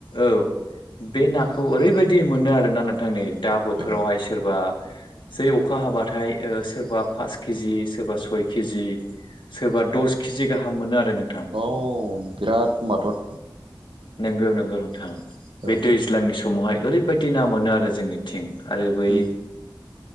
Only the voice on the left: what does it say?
औ बे नाखौ ओरैबायदि मोनो आरोना नोंथांनि दा बोथोरावहायसो
सोरबा जै अखा हाबाथाय सोरबा पास केजि सोरबा सय केजि सोरबा दस केजि गाहाम मोनो आरो नों
नोंगौ नोंगौ नोंथां। बे
दैज्लांनि समावहाय ओरैबायदि ना मोनो आरो जोंनिथिं आरो बै